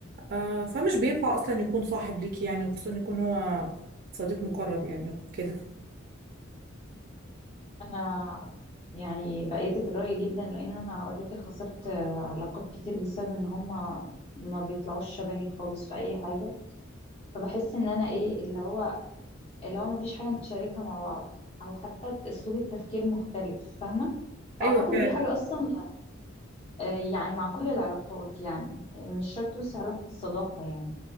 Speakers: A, on the right (about 45°); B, on the left (about 30°).
A: آه، فمش بينفع اصلا يكون صاحب ليكي يعني وخصوصا يكون هو صديق مقرب يعني كده
B: انا يعني بأيدك الرأي جدا لان انا اوريدي خسرت آه، علاقات كتير بسبب ان هم ما بيطلعوش شبهي خالص في اي حاجة فبحس ان انا ايه اللي هو اللي هو مفيش حاجة نتشاركها مع بعض أو حتى أسلوب التفكير مختلف فاهمة فأعتقد
A: ايوه فعلا
B: دي حاجة أصلا آه، يعني مع كل العلاقات يعني آه، مش شرط بس علاقة الصداقة يعني